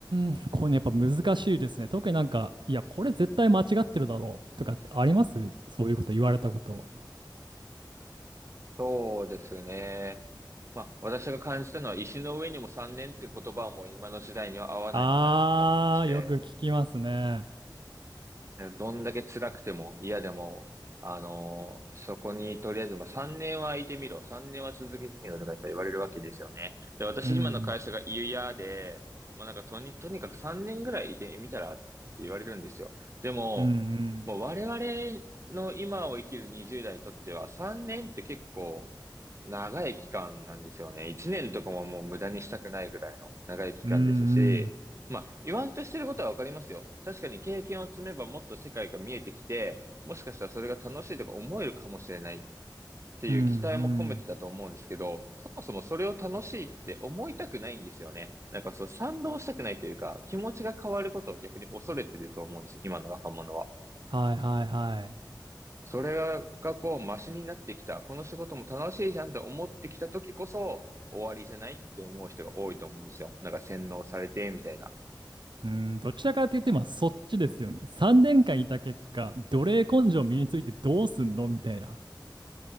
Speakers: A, on the right (about 80°); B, on the right (about 35°).
A: ん、これね、やっぱ難しいですね。特になんか、いや、これ絶対間違ってるだろうとかってありますそういうこと言われたこと。
B: そうですね。まあ、私が感じたのは、石の上にも3年っていう言葉はもう今の時代には合わないのかなって思いまして、
A: あー、よく聞きますね。
B: どんだけ辛くても嫌でも、あのーそこにとりあえず、まあ、3年は空いてみろ、3年は続けてみろとかやっぱ言われるわけですよね。で、私今の会社が嫌で、
A: うん。
B: もうなんかとに、とにかく3年ぐらいいてみたらって言われるんですよ。でも、
A: うんう
B: もう我々の今を生きる20代にとっては3年って結構、
A: ん。
B: 長い期間なんですよね。一年とかももう無駄にしたくないぐらいの長い期間ですし、
A: うんうん。
B: まあ、言わんとしてることはわかりますよ。確かに経験を積めばもっと世界が見えてきて、もしかしたらそれが楽しいとか思えるかもしれないっていう期待も込めてだと思うんですけど、
A: うんうん。
B: そもそもそれを楽しいって思いたくないんですよね。なんかそう賛同したくないというか、気持ちが変わることを逆に恐れてると思うんですよ、今の若者は。
A: はいはいはい。
B: それがこう、マシになってきた。この仕事も楽しいじゃんって思ってきた時こそ、終わりじゃないって思う人が多いと思うんですよ。なんか洗脳されて、みたいな。
A: うん、どちらかというと今そっちですよね。3年間いた結果、奴隷根性身についてどうすんのみたいな。